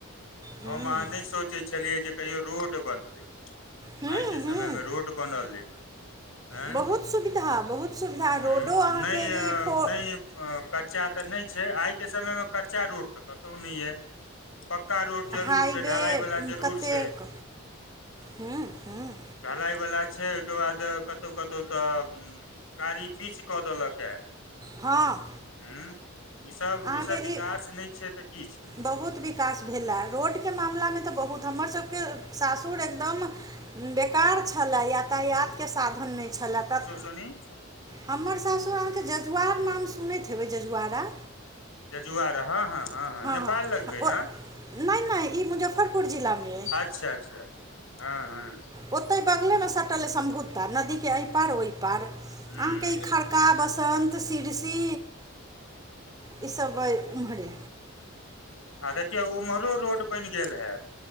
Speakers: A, on the right; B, on the left.
A: हूँ
B: हम अहाँ नहि सोचै छलियै जे कहियो रोड बनतै।
A: हूँ
B: आइके समयमे
A: हूँ
B: रोड बनल अय। एं
A: बहुत सुविधा बहुत सुविधा
B: हूं
A: रोडो अहाँके
B: नै आयेब
A: ई फोर
B: नहि कच्चा तऽ नहि छै, आइ के समय मे कच्चा रोड तऽ कतौ नहि अय। पक्का रोड जरूर
A: हाईवे
B: छै, ढलाई वला जरूर
A: कतेक
B: छै।
A: हूँ हूँ
B: ढलाई वला छै, ओहिके बाद कतौ कतौ तऽ ह्म्म कारी पीच कऽ देलक है।
A: हँ।
B: ह्म्म ईसभ
A: अहाँके
B: -ईसभ विकास
A: ई
B: नहि छै, तऽ कि छै?
A: बहुत विकास भेलए, रोडके मामलाामे तऽ बहुत हमर सभके सासुर एकदम बेकार छलय यातायातके साधन नहि छलय तऽ।
B: सुनी। <unintelligible>
A: हमर सासुर अहाँके जजुआर नाम सुनैत हेबै, जजुआरा।
B: जजुआर हँ- हँ- हँ - हँ नेपाल
A: हँ
B: लग मे
A: ओ
B: न।
A: नहि नहि ई मुजफ्फरपुर जिलामे अइ
B: अच्छा अच्छा हँ हँ।
A: ओते बगले मे सटले सम्भुता नदी के एहि पार ओहि पार
B: ह
A: अहाँके ई
B: ह
A: खर। का बसन्त सिरसी ई सब ओर उमहरे।
B: आ देखियौ उम्हरो रोड बनि गेल हे।